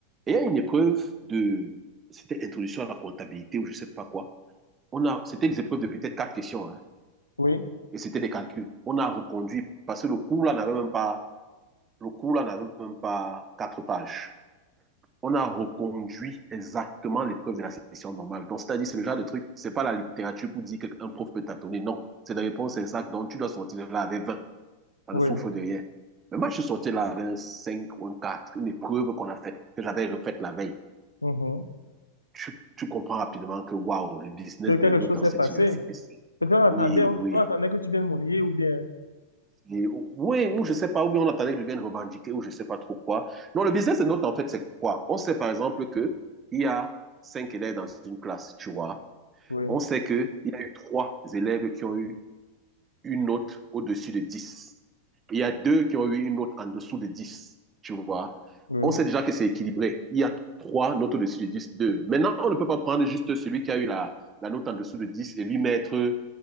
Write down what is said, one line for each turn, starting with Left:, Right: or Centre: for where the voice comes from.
Right: il y a une épreuve de, c'était introduction à la comptabilité ou je ne sais pas quoi. On a, c'était des épreuves de peut-être quatre questions, hein,
Left: oui,
Right: et c'était des calculs. On a reconduit parce que le cours là n'avait même pas, le cours là n'avait même pas quatre pages. On a reconduit exactement l'épreuve de la session normale. Donc, c'est-à-dire, c'est le genre de truc, c'est pas la littérature pour dire qu'un prof peut tâtonner. Non. C'est la réponse exacte. Donc, tu dois sortir de là avec vingt ça
Left: oui.
Right: ne souffre de rien. Mais moi, je suis sorti là avec un 5 ou un 4, une épreuve qu'on a faite, que j'avais refaite la veille.
Left: mhm.
Right: Tu, tu comprends rapidement que, waouh, le business
Left: Que quelque
Right: des notes
Left: chose
Right: dans
Left: s'est
Right: cette
Left: passé.
Right: université, c'est...
Left: Peut-être on attendait,
Right: Oui,
Left: on,
Right: oui.
Left: on attendait que tu viennes monnayer ou bien.
Right: Et, oui, ou je sais pas, ou bien on attendait qu'ils viennent revendiquer, ou je sais pas trop quoi. Non, le business des notes, en fait, c'est quoi? On sait, par exemple, que il y a cinq élèves dans une classe, tu vois.
Left: Oui,
Right: On sait qu'il y a eu trois élèves qui ont eu une note au-dessus de dix Il y a deux qui ont eu une note en dessous de dix tu vois.
Left: oui,
Right: On sait déjà que c'est équilibré. Il y a trois notes au-dessus de dix deux. Maintenant, on ne peut pas prendre juste celui qui a eu la, la note en dessous de 10 et lui mettre